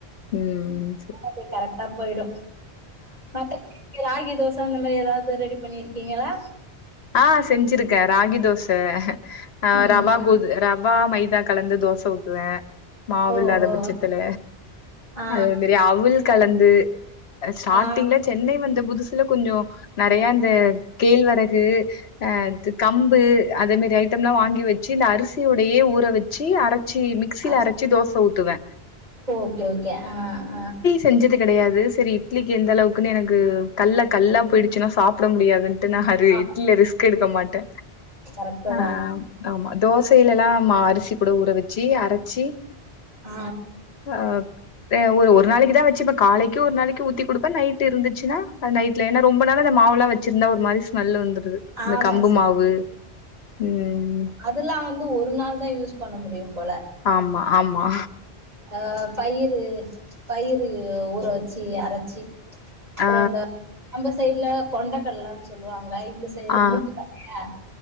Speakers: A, on the left; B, on the right.
A: ம் செர்
B: அது கரெக்டா போய்டு மாத்ர ராகி தோச அந்த மாரி எதாவ்து ரெடி பண்ணிருக்கீங்களா
A: ஆ செஞ்சிருக்க ராகி தோச ஆ
B: ம்
A: ரவா கோது ரவா மைதா கலந்து தோச ஊத்துவே மாவு
B: ஓ
A: இல்லாத
B: ஓ
A: பட்சத்துல
B: ஆ
A: அத அவுல் கலந்து ஸ்டார்டிங்லச்
B: ஆ
A: சென்னை வந்த புதுசுல கொஞ்சோ நெறைய அந்த கேழ்வரகு ஆ து கம்பு அதே மாரி ஐட்டம்ல்லா வாங்கி வெச்சு இந்த அரிசிய உடையே ஊற வெச்சு அரச்சி மிக்
B: ஆ
A: ஸ்சில அரச்சி தோச ஊத்துவ
B: ஓகே ஓகே ஆ ஆ
A: செஞ்சது கெடயாது செரி இட்லிக்கு எந்த அளவுக்குன்னு எனக்கு கல்ல கல்லா போயிடுச்சுன்னா சாப்ட முடியாதுன் ட்டு நா அரே
B: ஆ
A: இட்ல ரிஸ்க் எடுக்க மாட்டே
B: கரெக்ட்டு
A: ஆ
B: தா
A: ஆமா தோசைலலா மா அரிசி கூட ஊற வெச்சு அரச்சி
B: ஆ
A: ஆ அ ஒரு நாளைக்கு தா வச்சுப்ப காலைக்கு ஒரு நாளைக்கு ஊத்தி குடுப்ப நைட்டு இருந்துச்சுன்னா அது நைட் ல ஏன்னா ரொம்ப நாள் அந்த மாவுலா வெச்சிருந்தா ஒரு மாரி ஸ்மெல்லு வந்து க்குது இந்த
B: ஆமா
A: கம்பு மாவு ம்
B: அதுல்லா வந்து ஒரு நாள் தா யூஸ் பண்ண முடியும் போல
A: ஆமா ஆமா
B: ஆ பயிரு பயிரு ஊற வச்சு அரச்சு அப்புறம்
A: ஆ
B: அந்த நம்ப சைட்ல கொண்டக்கல்லன் சொல்வாங்க இந்த சை சைட்ல
A: ஆ
B: மூக்கு கல்லையா